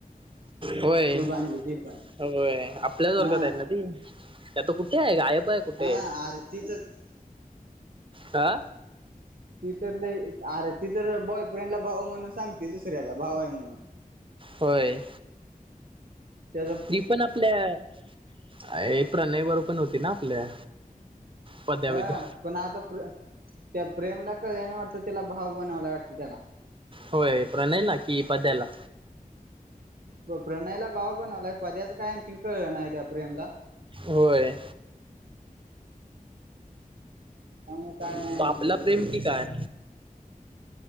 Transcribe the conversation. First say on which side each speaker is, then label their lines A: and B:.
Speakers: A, on the right; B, on the right.
A: होय
B: शुभांगी ती पण
A: होय आपल्याच वर्गात
B: हा
A: आहे ना ती आता कु ठे आहे गायब? आहे कुठे
B: हा आरतीचाच
A: हा.
B: ती तर लई आरती तर बॉयफ्रेंडला भाऊ म्हणून सांगते दुसऱ्याला भाऊ आहे म्हणून.
A: होय.
B: त्या
A: ती पण आपल्या हे प्रणय बरो पण होती ना आपल्या. पद्या
B: हा
A: बिद्या
B: पण आता प्र त्या प्रेमला कळे नाही वाटतं त्याला भाऊ बनवायला वाटते त्याला.
A: होय प्रणय ना कि पद्याला.
B: प्र प्रणयला भाउ बनवला आहे पद्याच काय आणखीन कळलं नाही त्या प्रेमला.
A: होय.
B: त्यामुळे काय नाही
A: तो आपला प्रेम
B: <unintelligible>
A: की काय